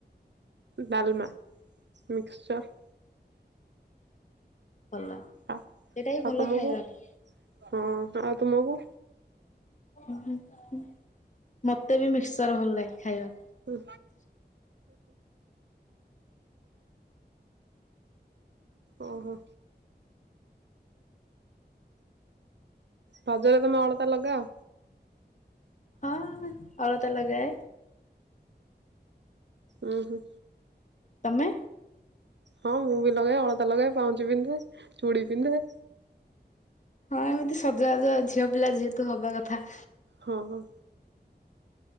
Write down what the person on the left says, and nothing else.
ଭଲ
ସେଇଟା ହି
ଭଲ
ଖାଇବାଟା।
ହୁ ହ ହୁ। ମୋତେ ବି ମିକ୍ସଚର୍ ଭଲ ଲାଗେ। ଖାଇବା
ହଁ ଅଳତା ଲଗାଏ।
ତମେ?
ହଁ ଏମିତି ସଜବାଜ ଝିଅ ପିଲା ଯେହେତୁ ହବା କଥା।